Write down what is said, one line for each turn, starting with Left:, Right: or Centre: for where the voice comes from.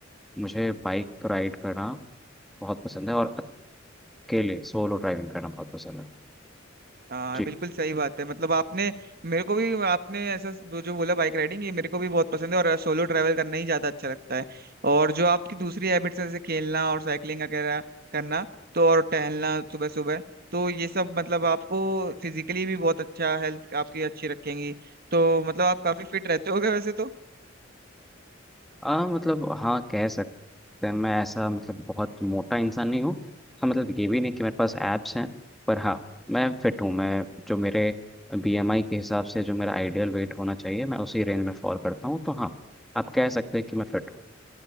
Centre: मुझे बाइक राइड करना बहुत पसंद है और अकेले सोलो ड्राइविंग करना बहुत पसंद है
Right: हाँ
Centre: जी
Right: बिल्कुल सही बात है मतलब आपने मेरे को भी आपने ऐसा जो जो बोला बाइक राइडिंग ये मेरे को भी बहुत पसंद है और सोलो ट्रैवल करना ही ज्यादा अच्छा लगता है और जो आपकी दूसरी हैबिट्स हैं जैसे खेलना और साइकिलिंग वगैरह करना तो और टहलना सुबह सुबह तो ये सब मतलब आपको फिजिकली भी बहुत अच्छा हेल्थ आपकी अच्छी रखेंगी तो मतलब आप काफी फिट रहते होगे वैसे तो
Centre: आ, मतलब हाँ कह सकते हैं मैं ऐसा मतलब बहुत मोटा इंसान नहीं हूँ हाँ मतलब ये भी नहीं कि मेरे पास एब्स हैं पर हाँ मैं फिट हूँ मैं जो मेरे बीएमआई के हिसाब से जो मेरा आइडियल वेट होना चाहिए मैं उसी रेंज में फॉल करता हूँ तो हाँ आप कह सकते हैं कि मैं फिट